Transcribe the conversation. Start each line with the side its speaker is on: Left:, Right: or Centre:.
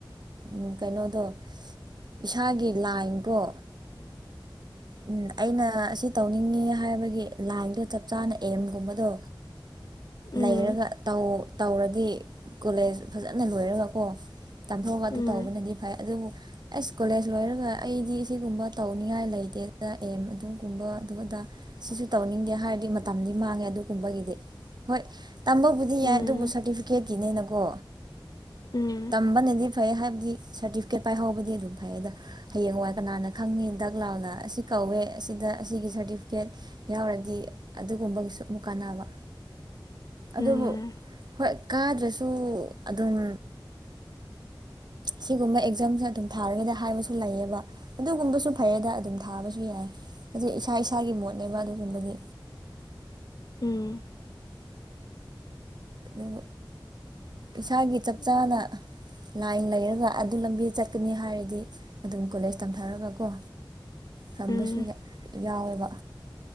Right: ꯎꯝ ꯀꯩꯅꯣꯗꯣ ꯏꯁꯥꯒꯤ ꯂꯥꯏꯟꯀꯣ ꯎꯝ ꯑꯩꯅ ꯑꯁꯤ ꯇꯧꯅꯤꯡꯉꯤ ꯍꯥꯏꯕꯒꯤ ꯂꯥꯏꯟꯗꯣ ꯆꯞ ꯆꯥꯅ ꯑꯦꯝꯒꯨꯝꯕꯗꯣ
Left: ꯎꯝ
Right: ꯂꯩꯔꯒ ꯇꯧꯔꯗꯤ ꯀꯣꯂꯦꯖ ꯐꯖꯅ ꯂꯣꯏꯔꯒꯀꯣ ꯇꯥꯝꯊꯣꯛꯑꯒ
Left: ꯎꯝ
Right: ꯑꯗꯨ ꯇꯧꯕꯅꯗꯤ ꯐꯩ ꯑꯗꯨꯕꯨ ꯑꯁ ꯀꯣꯂꯦꯖ ꯂꯣꯏꯔꯒ ꯑꯩꯗꯤ ꯁꯤꯒꯨꯝꯕ ꯇꯧꯅꯤꯡꯉꯥꯏ ꯂꯩꯇꯦꯗ ꯑꯦꯝ ꯑꯗꯨꯒꯨꯝꯕ ꯑꯗꯨꯗ ꯁꯤꯁꯨ ꯇꯧꯅꯤꯡꯗꯦ ꯍꯥꯏꯔꯗꯤ ꯃꯇꯝꯗꯤ ꯃꯥꯡꯉꯦ ꯑꯗꯨꯒꯨꯝꯕꯒꯤꯗꯤ ꯍꯣꯏ ꯇꯝꯕꯕꯨꯗꯤ ꯌꯥꯏ
Left: ꯎꯝ
Right: ꯑꯗꯨꯕꯨ ꯁꯔꯇꯤꯐꯤꯀꯦꯠꯀꯤꯅꯦꯅꯀꯣ
Left: ꯎꯝ
Right: ꯇꯝꯕꯅꯗꯤ ꯐꯩꯌꯦ ꯍꯥꯏꯕꯗꯤ ꯁꯔꯗꯤꯐꯤꯀꯦꯠ ꯄꯥꯏꯍꯧꯕꯗꯤ ꯑꯗꯨꯝ ꯐꯩ ꯌꯦꯗ ꯍꯌꯦꯡ ꯋꯥꯏ ꯀꯅꯥꯅ ꯈꯪꯅꯤ ꯗꯛ ꯂꯥꯎꯅ ꯑꯁꯤ ꯀꯧꯋꯦ ꯑꯁꯤꯗ ꯑꯁꯤꯒꯤ ꯁꯔꯗꯤꯐꯤꯀꯦꯠ ꯌꯥꯎꯔꯗꯤ ꯑꯗꯨꯒꯨꯝꯕꯒꯤꯁꯨ ꯑꯃꯨꯛ ꯀꯥꯟꯅꯕ
Left: <inaudible>
Right: ꯑꯗꯨꯕꯨ
Left: ꯎꯝ
Right: ꯍꯣꯏ ꯀꯥꯗ꯭ꯔꯁꯨ ꯑꯗꯨꯝ ꯁꯤꯒꯨꯝꯕ ꯑꯦꯛꯖꯥꯝꯁꯦ ꯑꯗꯨꯝ ꯊꯥꯔꯒꯗꯤ ꯍꯥꯏꯕꯁꯨ ꯂꯩꯌꯦꯕ ꯑꯗꯨꯒꯨꯝꯕꯁꯨ ꯐꯩꯌꯦꯗ ꯑꯗꯨꯝ ꯊꯥꯕꯁꯨ ꯌꯥꯏ ꯍꯥꯏꯗꯤ ꯏꯁꯥ ꯏꯁꯥꯒꯤ ꯃꯣꯠꯅꯦꯕ ꯑꯗꯨꯒꯨꯝꯕꯗꯤ
Left: ꯎꯝ
Right: ꯑꯗꯨ ꯏꯁꯥꯒꯤ ꯆꯞ
Left: ꯎꯝ
Right: ꯆꯥꯅ ꯂꯥꯏꯟ ꯂꯩꯔꯒ ꯑꯗꯨ ꯂꯝꯕꯤꯗ ꯆꯠꯀꯅꯤ ꯍꯥꯏꯔꯗꯤ ꯑꯗꯨꯝ ꯀꯣꯂꯦꯖ ꯇꯝꯊꯔꯒꯀꯣ ꯇꯝꯕꯁꯨ
Left: ꯎꯝ
Right: ꯌꯥꯎꯋꯦꯕ